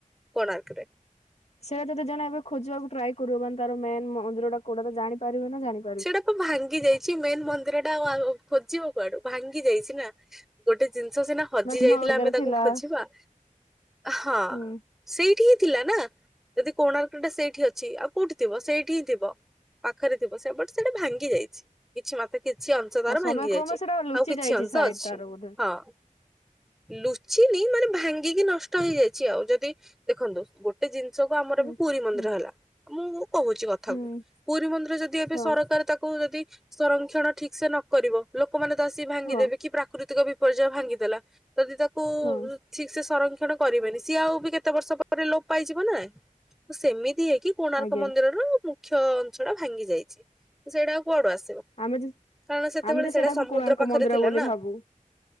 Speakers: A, in the centre; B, on the left.
A: କୋଣାର୍କରେ।
B: ସେଇଆ ଯଦି ଜଣେ ଏବେ ଖୋଜିବାକୁ ଟ୍ରାଏ କରିବ ମାନେ ତାର ମେନ୍ ମନ୍ଦିର ଟା କୋଉଟା ତ ଜାଣିପାରିବେ ନା ଜାଣି।
A: ସେଇଟା ପ- ଭାଙ୍ଗି ଯାଇ ଛି ମେନ୍ ମନ୍ଦିର ଟା ଆଉ ଆଉ ଖୋଜିବ କୁଆଡୁ ଭାଙ୍ଗି ଯାଇଛି ନା। ଗୋଟେ ଜିନିଷ ସିନା ହଜି
B: ମାନେ
A: ଯାଇଥିଲା
B: ନଅ ଏଗାର
A: ଆମେ ତାକୁ
B: ଥିଲା
A: ଖୋଜିବା ହଁ।
B: ହୁଁ
A: ସେଇଠି ହିଁ ଥିଲା ନା ଯଦି କୋଣାର୍କ ଟା ସେଇଠି ଅଛି ଆଉ କୋଉଠି ଥିବ? ସେଇଠି ହିଁ ଥିବ। ପାଖରେ ଥିବ ସେ ବଟ୍ ସେଟା ଭାଙ୍ଗି ଯାଇଛି କିଛି ମୋତେ କିଛି ଅଂଶ ତାର
B: ଆଉ ସମୟ
A: ଭାଙ୍ଗି ଯାଇଛି
B: କ୍ରମେ ସେଟା ଲୁଚି
A: ଆଉ କିଛି
B: ଯାଇଛି
A: ଅଂଶ
B: ସାୟଦ
A: ଅଛି
B: ତାର ବୋଧେ।
A: ହଁ। ଲୁଚିନି ମାନେ ଭାଙ୍ଗିକି ନଷ୍ଟ ହେଇଯାଇଛି ଆଉ ଯଦି ଦେଖନ୍ତୁ ଗୋ ଟେ ଜିନିଷକୁ ଆମର
B: ହୁଁ
A: ଏବେ ପୁରୀ ମନ୍ଦିର
B: ହୁଁ
A: ହେଲା। ମୁଁ କହୁଛି କଥାକୁ
B: ହୁଁ
A: ପୁରୀ ମନ୍ଦିର ଯଦି ଏବେ
B: ହଁ
A: କାର ତାକୁ ଯଦି ସଂରକ୍ଷଣ ଠିକ ସେ ନ କରିବ ଲୋକମାନେ ତ ଆସିକ ଭାଙ୍ଗିଦେବେ।
B: ହଁ
A: କି ପ୍ରାକୃତିକ ବି ପର୍ଯୟ ଭାଙ୍ଗିଦେଲା ଯଦି ତାକୁ
B: ହଁ
A: ଉଁ, ଠିକ ସେ ସଂରକ୍ଷଣ କରିବେନି। ସିଏ ଆଉ ବି କେତେ ବର୍ଷ ପରେ ଲୋପ ପାଇଯିବ ନା। ତ ସେମିତି ହେଇକି କୋଣାର୍କ
B: ଆଜ୍ଞା
A: ମନ୍ଦିରର ମୁଖ୍ୟ ଅଂଶ ଟା ଭାଙ୍ଗି ଯାଇଛି ତ ସେଇଟା ଆଉ କୁଆଡୁ ଆସିବ?
B: ଆମେ ଯେ
A: କାରଣ ସେତେବେଳେ
B: ଆମେ ଯେ
A: ସେଟା
B: ସେଟାକୁ
A: ସମୁଦ୍ର
B: କୋଣାର୍କ
A: ପାଖରେ
B: ମନ୍ଦିର
A: ଥିଲା
B: ବୋଲି
A: ନା?
B: ଭାବୁ